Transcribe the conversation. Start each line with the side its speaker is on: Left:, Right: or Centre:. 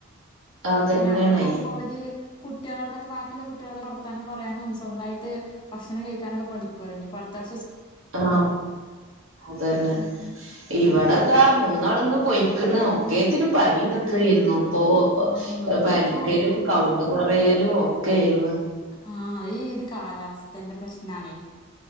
Right: അതന്നേണേ
Left: പിന്നെ അവിടെ പോകുമ്പോ അവര് കുട്ടികളോടൊക്കെ വീട്ടിലെ കുട്ടികളോട് വർത്താനം പറയാനും സ്വന്തായിട്ട് ഭക്ഷണം കഴിക്കാനൊക്ക പഠികോല്ലോ ഇനി അടുത്ത ആഴ്ച
Right: ആ അതന്നെ
Left: ഉം
Right: ഇ ഇവിട
Left: ഉം
Right: താ മൂന്നാള് ന്ന് പൊയ്ക്കണ് ഒക്കെത്തിനും പനി ഇതൊക്കെ ഒക്കെ ആരുന്നു ഇപ്പോ
Left: ആഹ്
Right: പനിക്കലും
Left: ഇപ്പൊ
Right: കൗണ്ട് കുറയലും ഒക്കെ ആയിരുന്നു
Left: ആ ഈ ഒരു കാലാവസ്ഥന്റെ പ്രശ്നാണെ